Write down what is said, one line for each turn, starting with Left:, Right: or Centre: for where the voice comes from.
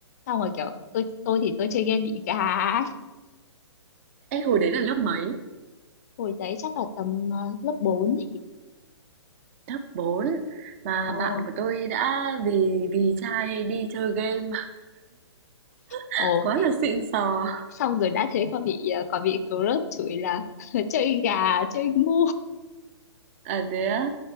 Left: xong rồi kiểu tôi tôi thì tôi chơi game bị gà ấy.
Right: Ê, hồi đấy là lớp mấy
Left: hồi đấy chắc là tầm ờ, lớp bốn ấy.
Right: lớp 4. mà
Left: Ồ.
Right: bạn của tôi đã vì vì trai đi chơi game <laughs>
Left: Ồ,
Right: quá là xịn sò
Left: xong rồi đã thế còn bị ờ, còn bị crush chửi là <laughs> chơi gà chơi ngu
Right: À, thế á?